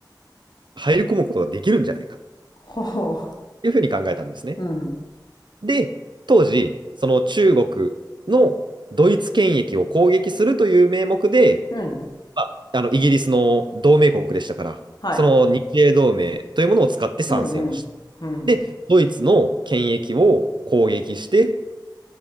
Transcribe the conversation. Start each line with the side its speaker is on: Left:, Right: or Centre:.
Right: 入り込むことができるんじゃないか。
Left: ほうほ
Right: いうふうに考えたんですね。
Left: う。うん。
Right: で、当時、その中国のドイツ権益を攻撃するという名目で、
Left: うん。
Right: まあ、あのイギリスの同盟国でしたから、
Left: はい。
Right: その日英同盟というものを使って参戦をした。
Left: うんうん。うん。
Right: で、ドイツの権益を攻撃して、